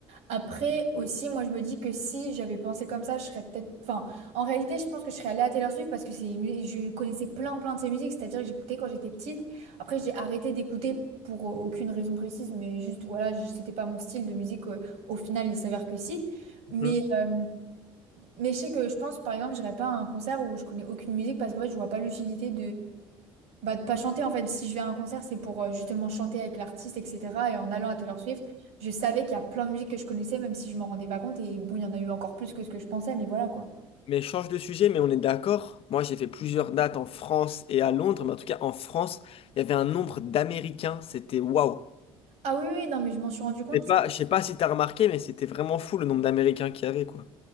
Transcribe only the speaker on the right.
Après aussi, moi je me dis que si j'avais pensé comme ça, je serais peut-être. Enfin, en réalité, je pense que je serais allée à Taylor Swift parce que c'est une mu- je connaissais plein plein de ses musiques, c'est-à-dire que j'écoutais quand j'étais petite. Après, j'ai arrêté d'écouter pour aucune raison précise, mais juste voilà, je- c'était pas mon style de musique. euh, Au final, il s'avère que si. Mais,
euh, mais je sais que je pense, par exemple, j'irais pas à un concert où je connais aucune musique parce qu'en fait, je vois pas l'utilité bah, de pas chanter en fait. Si je vais à un concert, c'est pour euh, justement chanter avec l'artiste, etc. Et en allant à Taylor Swift, je savais qu'il y a plein de musiques que je connaissais, même si je m'en rendais pas compte. Et bon, il y en a eu encore plus que ce que je pensais, mais voilà quoi.
Ah oui, oui, non, mais je m'en suis rendu compte.